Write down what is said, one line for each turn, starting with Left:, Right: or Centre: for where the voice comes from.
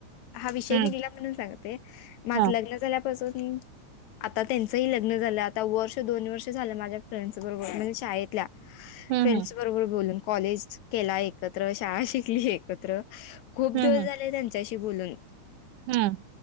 Left: हा विषय
Right: हम्म
Left: निगला म्हणून सांगते, माझं
Right: हा
Left: लग्न झाल्यापासून आता त्यांचही लग्न लग्न झालं आता वर्ष दोन वर्ष झाले माझ्या फ्रेंडस बरोबर म्हणजे शाळेतल्या
Right: हम्
Left: फ्रेंड्स
Right: हम.
Left: बरोबर बोलूंन, कॉलेज केलाय एकत्र, शाळा शिकली एकत्र, खूप
Right: हम्म
Left: दिवस झाले त्यां चारशी बोलून,
Right: हम्म